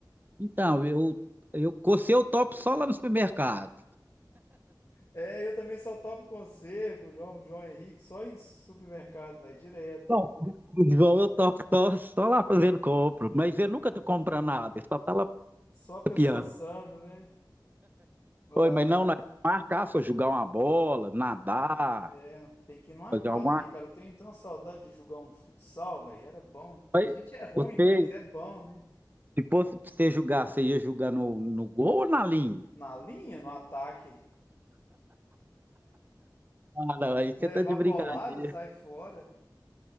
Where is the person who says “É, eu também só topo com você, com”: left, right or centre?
Left